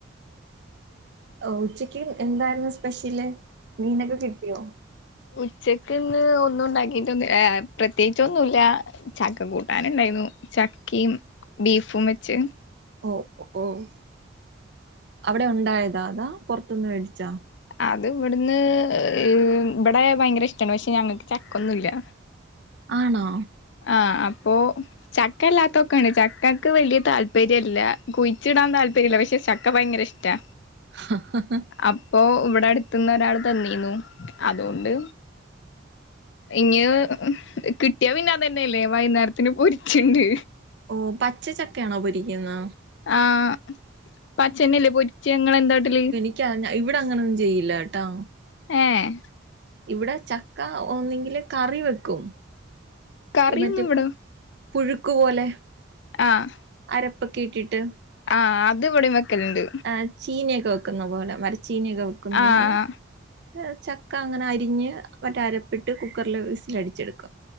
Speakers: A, on the right (about 60°); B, on the left (about 65°).
A: എഹ് ഉച്ചെയ്ക്ക് എന്തായിര്ന്നു സ്പെഷ്യല് മീനക്കെ കിട്ടിയോ
B: ഉച്ചക്ക് ഇന്ന് ഒന്നും ഇണ്ടാക്കീട്ടൊന്നും ഏഹ് പ്രത്യേകിച്ചൊന്നുല്ല്യാ ചക്കക്കൂട്ടാന് ഇണ്ടായ്ന്നു ചക്കിം ബീഫും വെച്ചെത്
A: ഓഹ് ഒഹ് ഓഹ് അവ്ടെ ഉണ്ടായതാ അതാ പൊറ്ത്ത്ന്ന് വേടിച്ചാ
B: അത് ഇവ്ട്ന്ന് എഹ് ഇവ് ബടെ ഭയങ്കെരെ ഇഷ്ട്ടാണ് പക്ഷെ ഞങ്ങക്ക് ചക്കൊന്നു ഇല്ല്യ
A: ആണോ
B: ആഹ് അപ്പോ ചക്ക അല്ലാത്തൊക്കെണ്ട് ചക്കക്ക് വല്യതാല്പര്യല്ല കുയിച്ച്ടാൻ താല്പര്യല്ല പക്ഷെ ചക്ക ഭയ്ങ്കര ഇഷ് റ്റാ
A: ഹഹഹ്
B: അപ്പോ ഇവ്ടഅട്ത്ത്ന്ന് ഒരാൾതന്നീന്നു അത്കൊണ്ട് ഇങ് ക്കിട്ട്യാ പിന്നെ അതെന്നെ അല്ലെ വൈന്നേരത്തിന് പൊര്ച്ച്ണ്ട്
A: ഓഹ് പച്ചച്ചക്കയാണോ പൊരിക്ക്ന്ന്
B: ആഹ് പ്പച്ചെന്നെല്ലേ പൊര്ച്ചാ ഇങ്ങളെന്താട്ടല്
A: ഇൻക്കറീല ഇവ്ടെ അങ്ങനൊന്നും ചെയ്യില്ല കെട്ടോ
B: ഏഹ്
A: ഇവ്ടെ ചക്ക ഒന്നെങ്കില് ക്കറിവെക്കും
B: കറിയൊന്നും
A: ഇ മറ്റെ
B: ഇവിടെ
A: പുഴുക്ക്പോലെ
B: ആഹ്
A: അരപ്പ് ഒക്കെ ഇട്ടിട്ട്
B: ആഹ്അത് ഇവടിം വെക്കല്ണ്ട്
A: എഹ് ചീനിയൊക്കെ വെക്ക്ന്നപോലെ മര്ച്ചീനിയെക്കെ വെക്ക്ന്നപോലെ
B: ആഹ്
A: ഇഹ് ചക്ക അങ്ങനെ അരിഞ്ഞ് മറ്റേഅരപ്പിട്ട് കുക്കർല് വിസ് ല് അടിച്ചെടുക്കും